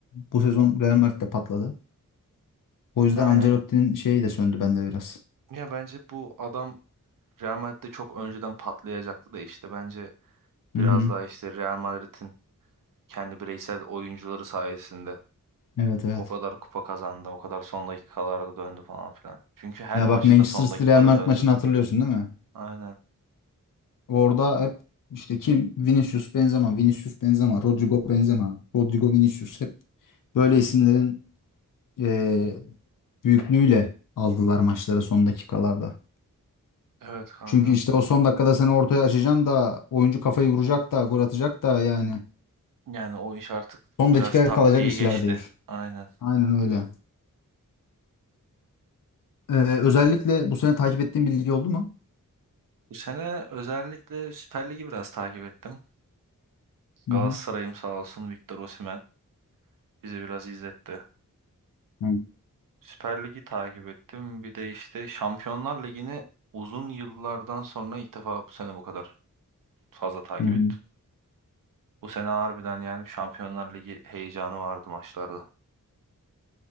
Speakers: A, on the left (about 70°); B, on the right (about 75°).
A: bu sezon Real Madrid'de patladı. O yüzden
B: Aynen.
A: Ancelotti'nin şeyi de söndü bende biraz.
B: Ya bence bu adam Real Madrid'de çok önceden patlayacaktı da işte bence
A: Hı
B: biraz
A: hı.
B: daha işte Real Madrid'in kendi bireysel oyuncuları sayesinde
A: Evet evet.
B: o kadar kupa kazandı, o kadar son dakikalarda döndü falan filan. Çünkü her
A: Ya
B: maçta
A: bak Manchester
B: son
A: City
B: dakikada
A: Real Madrid
B: döndü.
A: maçını hatırlıyorsun değil mi?
B: Aynen.
A: Orada hep işte kim? Vinicius Benzema, Vinicius Benzema, Rodrigo Benzema, Rodrigo Vinicius hep böyle isimlerin eee büyüklüğüyle aldılar maçları son dakikalarda.
B: Evet kanka.
A: Çünkü işte o son dakikada seni ortaya açacaksın da oyuncu kafayı vuracak da gol atacak da yani
B: Yani o iş artık
A: son
B: biraz
A: dakikaya
B: taktiği
A: kalacak işler
B: geçti.
A: değil.
B: Aynen.
A: Aynen öyle. Ee, özellikle bu sene takip ettiğin bir lig oldu mu?
B: Bu sene özellikle Süper Lig'i biraz takip ettim.
A: Hı
B: Galatasaray'ım
A: hı.
B: sağ olsun Victor Osimhen bize biraz izletti.
A: Hı
B: Süper Lig'i takip ettim. Bir de işte Şampiyonlar Ligi'ni uzun yıllardan sonra ilk defa bu sene bu kadar fazla takip
A: hı. hı.
B: ettim. Bu sene harbiden yani Şampiyonlar Ligi heyecanı vardı maçlarda.